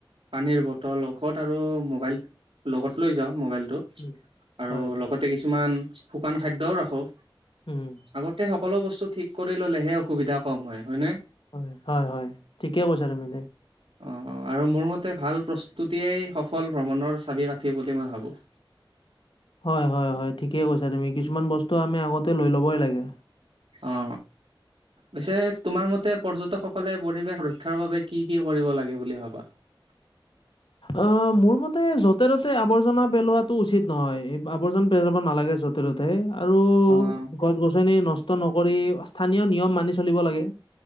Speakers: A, on the right (about 80°); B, on the left (about 70°).
A: পানীৰ বটল ঔষধ আৰু মোবাইল লগত লৈ যাওঁ মোবাইল টো
B: উম,
A: আৰু
B: হয়,
A: লগতে কিছুমান শুকান খাদ্যও ৰাখো
B: উম,
A: আগতে সক সকলো বস্তু ঠিক কৰি ল'লেহে অসুবিধা কম হয় হয়নে
B: হয় হয় হয় ঠিকেই কৈছা তুমি
A: অঁ আৰু মোৰ মতে ভাল প্ৰস্তুতিয়েই সফল ভ্ৰমণৰ চাবি কাঠি বুলি মই ভাবোঁ
B: হয় হয় হয় ঠিকে কৈছা তুমি কিছুমান বস্তু আমি আগতে লৈ ল'বই লাগে
A: অ পিছে তোমাৰ মতে পৰ্যটকসকলে পৰিৱেশ ৰক্ষাৰ বাবে কি কি কৰিব লাগে বুলি ভাবা <unintelligible>
B: অ মোৰ মতে যতে ত'তে আৱৰ্জনা পেলোৱাটো উচিত নহয় আৱৰ্জনা পেলাব নালাগে <unintelligible> আৰু
A: অ'
B: গছ গছনি নষ্ট নকৰি স্থানীয় নিয়ম মানি চলিব লাগে